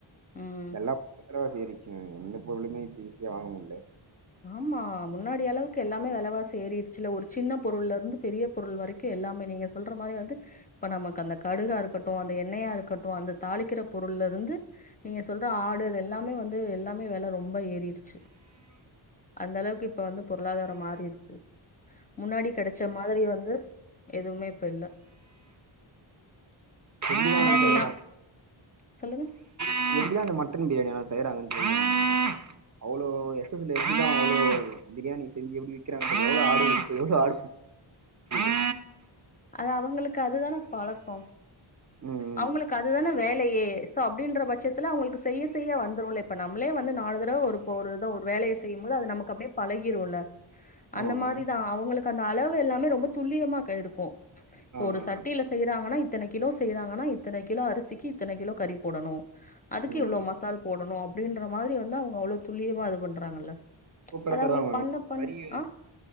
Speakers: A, on the left; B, on the right.
A: ம்
B: எல்லா <inaudible> ஏறிச்சுங்க எந்த பொருளுமே இப்ப ஈஸியா வாங்க முல்ல
A: ஆமா முன்னாடி அளவுக்கு எல்லாமே வெலவாசி ஏறிர் சில்ல ஒரு சின்னப் பொருள்லருந்து பெரியப் பொருள் வரைக்கு எல்லாமே நீங்க சொல்ற மாரி வந்து இப்ப நமக்கு அந்த கடுகா இருக்கட்டு அந்த எண்ணெயா இருக்கட்டு அந்த தாளிக்கிற பொருள்லருந்து நீங்க சொல்ற ஆடு அது எல்லாமே வந்து எல்லாமே வெல ரொம்ப ஏறிருச்சு அந்தளவுக்கு இப்ப வந்து பொருளாதாரம் மாறி இருக்கு முன்னாடி கெடச்ச மாதிரி வந்து எதுவுமே இப்ப இல்ல
B: முடியல
A: முன்னாடியிலா சொல்லுங்க
B: <inaudible> அந்த மட்டன் பிரியாணி வேணா செய்றாங்கன்னு <inaudible> அவ்ளோ <inaudible> பிரியாணி செஞ்சி எப்டி விக்கறாங்க பாத்திங்ளா <unintelligible> <unintelligible>
A: அது அவுங்களுக்கு அதுதான பழக்கோ
B: ம் ம்
A: அவுங்குளுக்கு அதுதானே வேலையே சோ அப்டின்ற பட்சத்துல அவுங்குளுக்கு செய்ய செய்ய வந்துருலேப் இப்ப நம்ளே வந்து நாலு தரவ ஒரு இப்ப ஒரு இத ஒரு வேலைய செய்யும் போது அது நமக்கு அப்டியே பழகிருல்ல
B: ஆமா
A: அந்த
B: மேம்
A: மாரிதா அவுங்குளுக்கு அந்த அளவு எல்லாமே ரொம்ப துல்லியமா க எடுக்கு இப்ப
B: ஆ
A: ஒரு
B: ஆ
A: சட்டில செய்றாங்கனா இத்தனக்கி கிலோ செய்றாங்கனா இத்தன கிலோ அரிசிக்கு இத்தன கிலோ கறி போடணு அதுக்கு
B: ம்
A: இவ்ளோ
B: ம்
A: மசால் போடணு அப்டின்ற மாதிரி வந்து அவுங்க அவ்ளோத் துல்லியமா இது பண்றாங்கல்ல
B: சூப்பராத்
A: அது
B: தருவாங்ளா
A: அவங்களுக்கு பண்ண
B: மேம்
A: பண்ண
B: கறி வேண்
A: ஆ